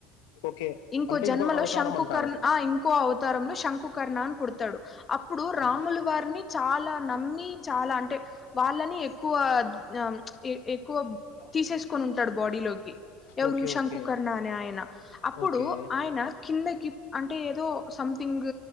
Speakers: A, on the left (about 85°); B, on the left (about 20°).
A: ఓకే
B: ఇం ఇంకో
A: అంటే
B: జన్మలో
A: ఇంకొక అవతారం
B: శంకుకర్ణ
A: అంటారు
B: అ ఇంకో అవతారంలో శంకుకర్ణ అని పుడతాడు అప్పుడు రాములు
A: ఆ
B: వారిని చాలా నమ్మి చాలా అంటే వాళ్ళని ఎక్కువ ఆ ఎ ఎక్కువ తీసేసుకొని ఉంటాడు బాడీలోకి ఎవరు
A: ఓకే
B: శంకుకర్ణ
A: ఓకే
B: అనే ఆయన అప్పుడు
A: ఓకే
B: ఆయన కిందకి అంటే ఏదో సంథింగ్